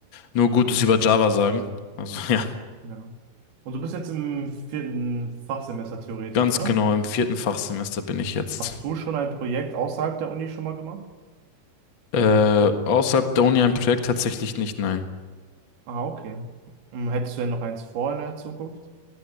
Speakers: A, on the left (about 45°); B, on the right (about 85°).
A: nur Gutes über Java sagen. Also <laughs>
B: Ja. Und du bist jetzt im vierten Fachsemester theoretisch,
A: Ganz
B: ne?
A: genau, im vierten Fachsemester bin ich jetzt.
B: Hast du schon ein Projekt außerhalb der Uni schon mal gemacht?
A: Äh, außerhalb der Uni ein Projekt tatsächlich nicht, nein.
B: Ah, okay. Hm, Hättest du denn noch eins vor in der Zukunft?